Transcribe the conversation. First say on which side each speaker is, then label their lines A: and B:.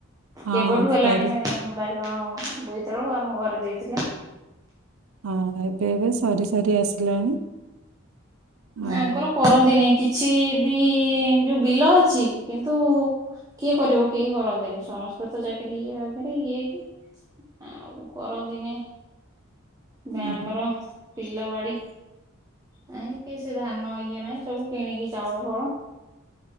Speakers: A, on the right; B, on the right.
A: ହଁ
B: କେବେଠୁ ହେଲାଣି
A: ସରି
B: ବାଇ-ବାଇଗଣ ବୋଇତାଳୁ ଆଉ। ଆମ ଘରେ ଦେଇଥିଲେ।
A: ହଁ, ଏବେ ଏବେ ସରି ସରି ଆସିଲାଣି। ଆଉ
B: ଆଙ୍କର କରନ୍ତିନାଇଁ କିଛି ବି ଯୋଉ ବିଲ ଅଛି, କିନ୍ତୁ କିଏ କରିବ? କେହି କରନ୍ତିନି। ସମସ୍ତେ ତ ଚାକିରି ଇ-ବାକିରି ଇଏ ହେଇକି, ଆଉ କରନ୍ତିନେଇ ବା
A: ଅଁ,
B: ଆମର ବିଲ ବାଡି ନାଇଁ କି ସେ ଧାନ ଇଏ ନାଇଁ ସବୁ କିଣିକି ଚାଉଳ ଫାଉଳ